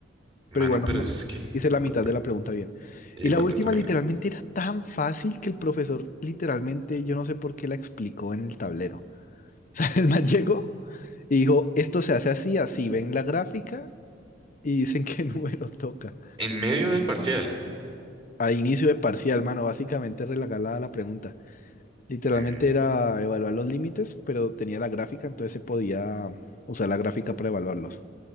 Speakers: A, on the right; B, on the left.
A: Mano,
B: pero igual no
A: pero
B: me-
A: es que...
B: hice la
A: ah,
B: mitad
A: pe-
B: de la pregunta bien.
A: Igual
B: Y la última
A: te fue
B: literalmente
A: bien.
B: era tan fácil que el profesor literalmente, yo no sé por qué la explicó en el tablero. <laughs> O sea, el man llegó y dijo, esto se hace así, así, ven la gráfica y dicen qué <laughs> número toca.
A: En medio del parcial.
B: A inicio de parcial, mano, básicamente regalada la pregunta. Literalmente
A: Mm.
B: era evaluar los límites, pero tenía la gráfica, entonces se podía usar la gráfica para evaluarlos.